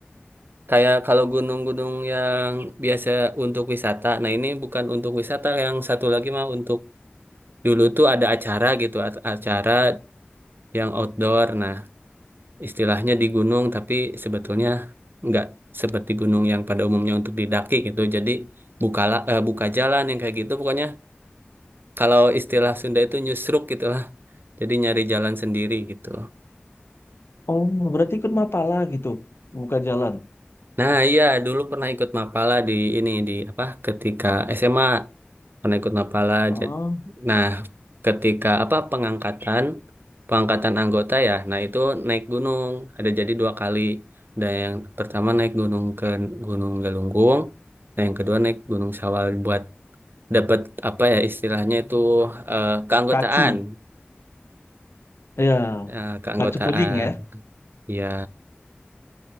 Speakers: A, on the right; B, on the left.
A: Kayak kalau gunung-gunung yang biasa untuk wisata. Nah, ini bukan untuk wisata, yang satu lagi mah untuk dulu tuh ada acara gitu, a- acara yang outdoor. Nah, istilahnya di gunung, tapi sebetulnya nggak seperti gunung yang pada umumnya untuk didaki gitu. Jadi bukala, eh, buka jalan yang kayak gitu. Pokoknya kalau istilah Sunda itu nyusruk gitu lah. Jadi nyari jalan sendiri gitu.
B: oh, berarti ikut Mapala gitu, buka jalan.
A: Nah, iya dulu pernah ikut Mapala di ini di apa ketika SMA. pernah ikut Mapala.
B: Oh,
A: Jad- Nah, ketika apa pengangkatan pengangkatan anggota ya, nah itu naik gunung. Ada jadi dua kali. Dan yang pertama naik gunung ke Gunung Galunggung, dan yang kedua naik Gunung Sawal buat dapat apa ya istilahnya itu eh, keanggotaan,
B: kacu. Ya,
A: Eh, keanggotaan.
B: kacu kuning ya.
A: Ya,